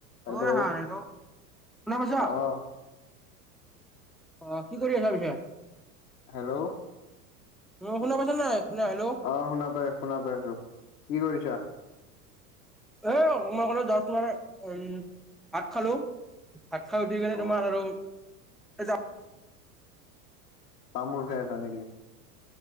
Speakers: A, in the centre; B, on the left.
A: <unintelligible>
B: Hello
A: শুনা পাইছা।
B: অ
A: অ' কি কৰি আছা পিছে?
B: হেল্ল'।
A: উম শুনা পাইছা নে নাই? শুনা হেল্ল'।
B: অ' শুনা পাই শুনা পাই আছো। কি কৰিছা?
A: এ একনমান আগতে যাষ্ট মানে তোমাৰ উম ভাত খালো। ভাত খাই উঠি কেনে
B: অ
A: তোমাৰ আৰু এই
B: তামোল খাই আছা নেকি?